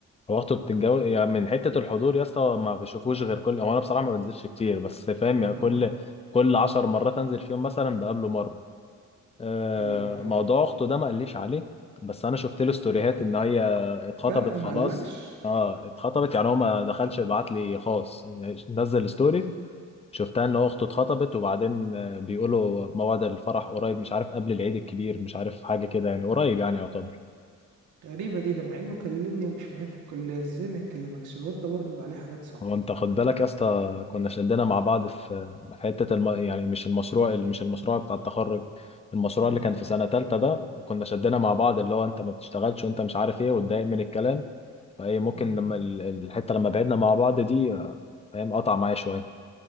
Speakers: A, on the left; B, on the right.
A: هو اخته بتتجو يعني من حته الحضور يا اسطى ما بشوفوش غير كل هو انا بصراحه ما بنزلش كتير بس فاهم يعني
B: اه
A: كل كل 10 مرات انزل فيهم مثلا بقابله مره آه،
B: ايوه ايوه
A: موضوع اخته ده ما قاليش عليه بس انا شفت له ستوريهات
B: كده
A: ان هي اتخطبت
B: بجد ما
A: خلاص
B: قالكش
A: اه اتخطبت يعني هو ما دخلش بعت لي خاص يعني نزل ستوريز شفتها ان هو اخته اتخطبت وبعدين آه، بيقولوا موعد الفرح قريب مش عارف قبل العيد الكبير مش عارف حاجه كده يعني قريب يعني يعتبر
B: غريبه دي ده مع انه كلمني ومش معايا في الكليه ازاي ما يكلمكش الواد ده برضه بيبقى عليه حاجات صعبه
A: هو انت خد بالك يا اسطى كنا شدنا مع بعض في في حته الم... يعني مش المشروع مش المشروع بتاع التخرج المشروع
B: امم
A: اللي كان في سنه تالتة ده كنا شدنا مع بعض اللي هو انت ما بتشتغلش وانت مش عارف ايه واتضايق من الكلام فايه ممكن
B: امم
A: لما ال- الحته لما بعدنا مع بعض دي آه، فاهم قطع معايا شويه